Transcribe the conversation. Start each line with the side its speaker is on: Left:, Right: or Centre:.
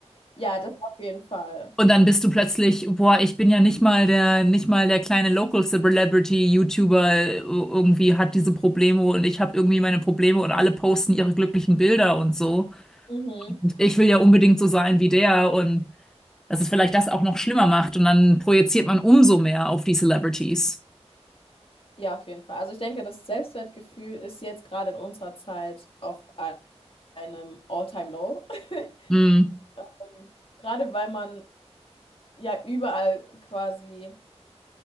Left: ja, das auf jeden Fall.
Centre: Und dann bist du plötzlich, boah, ich bin ja nicht mal der, nicht mal der kleine Local Celebrity YouTuber äh, irgendwie hat diese Probleme und ich habe irgendwie meine Probleme und alle posten ihre glücklichen Bilder und so.
Left: Mhm.
Centre: Und ich will ja unbedingt so sein wie der und dass es vielleicht das auch noch schlimmer macht und dann projiziert man umso mehr auf die Celebrities.
Left: Ja, auf jeden Fall. Also ich denke, das Selbstwertgefühl ist jetzt gerade in unserer Zeit auf ein- einem All-Time-Low. <laughs>
Centre: Hm.
Left: Ähm, Gerade weil man ja überall quasi